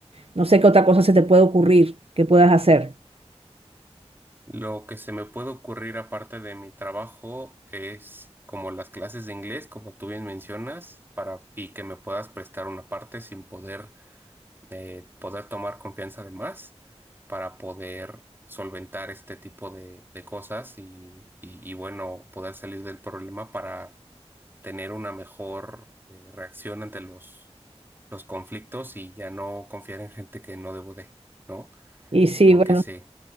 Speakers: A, on the right; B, on the right.
A: No sé qué otra cosa se te puede ocurrir que puedas hacer.
B: Lo que se me puede ocurrir aparte de mi trabajo es como las clases de inglés, como tú bien mencionas, para y que me puedas prestar una parte sin poder de poder tomar confianza de más para poder solventar este tipo de, de cosas y, y- y, bueno, poder salir del problema para tener una mejor eh, reacción ante los, los conflictos y ya no confiar en gente que no debo de, ¿no?
A: Y sí,
B: Porque
A: bueno.
B: se